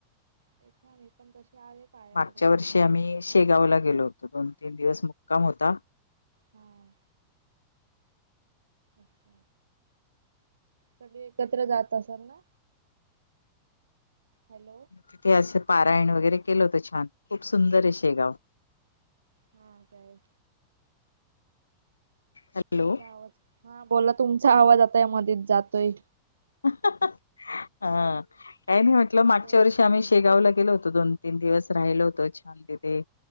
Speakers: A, on the right; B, on the left.
A: हा.. मी पण तशी आले पाया
B: मागच्या
A: पुुढे
B: वर्षी
A: नंत
B: आम्ही
A: बर
B: शेगावला
A: <inaudible>
B: गेलो होतो दोन तीन दिवस मुक्काम होता.
A: हां. अच्छा! सगळे एकत्र जात असल ना? हॅलो!
B: तिथे असं पारायण वगैरे केलं होतं छान, खूप सुंदर आहे शेगाव.
A: हम्म काय?
B: हॅलो.
A: तुमचा आवाज, हा बोला तुमचा आवाज आता या मध्येच जातोय.
B: ह.. ह़.. हा काही नाही म्हटलं मागच्या
A: बोला
B: वर्षी आम्ही शेगावला गेलो होतो त दोन तीन दिवस राहिल होतो छान तिथे